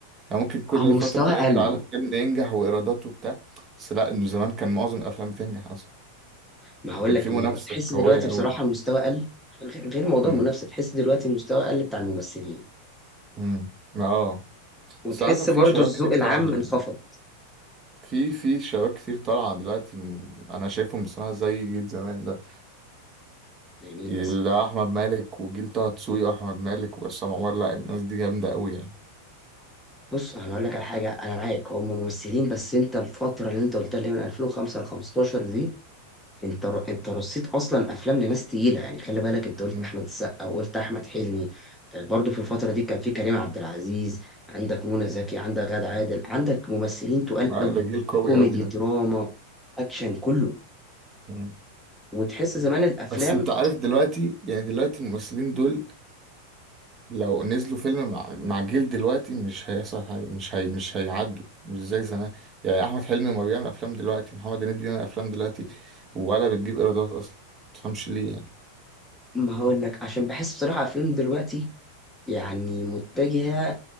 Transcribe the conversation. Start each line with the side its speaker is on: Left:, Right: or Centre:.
Right: يعني ممكن كل
Centre: هو مستوى
Right: فتره كده
Centre: قل
Right: يطلع على فيلم ينجح وايرادات وبتاع بس لا انه زمان كان معظم الافلام بتنجح اصلا
Centre: ما هقول
Right: كان
Centre: لك
Right: في منافسة
Centre: ليه تحس
Right: قوية
Centre: دلوقتي بصراحه
Right: أوي
Centre: المستوى قل غ- غير موضوع
Right: امم
Centre: المنافسه تحس دلوقتي المستوى قل بتاع الممثلين
Right: امم اه
Centre: وتحس
Right: بس عادة في
Centre: برضو
Right: شباب
Centre: الذوق
Right: كتير
Centre: العام
Right: طالعة حلوة
Centre: انخفض
Right: في في شباب كتير طالعة دلوقتي م- أنا شايفهم بصراحة زي جيل زمان ده
Centre: زي مين
Right: اللي
Centre: مثلا
Right: هو أحمد مالك وجيل طه دسوقي وأحمد مالك وعصام عمر لا الناس دي جامدة أوي يعني
Centre: بص انا اقول لك على حاجه انا معاك هم ممثلين بس انت الفتره اللي انت قلتها اللي هي من 2005 ل 15 دي انت انت رصيت اصلا افلام لناس تقيله يعني خلي بالك انت قلت
Right: امم
Centre: احمد السقا وقلت احمد حلمي آه، برضو في الفتره دي كان في كريم عبد العزيز عندك منى زكي عندك غادة عادل عندك ممثلين تقال
Right: لا،
Centre: قوي
Right: ده جيل قوي
Centre: كوميدي
Right: أوي ده
Centre: دراما اكشن كله
Right: امم
Centre: وتحس زمان الافلام
Right: بس أنت عارف دلوقتي يعني دلوقتي الممثلين دول لو نزلوا فيلم مع مع جيل دلوقتي مش هيحصل حاجة مش هي مش هيعدوا مش زي زمان يعني احمد حلمي ما بيعمل افلام دلوقتي محمد هنيدي بيعمل افلام دلوقتي ولا بتجيب ايرادات اصلا متفهمش ليه يعني
Centre: ما هقول لك عشان بحس بصراحه افلام دلوقتي يعني متجهه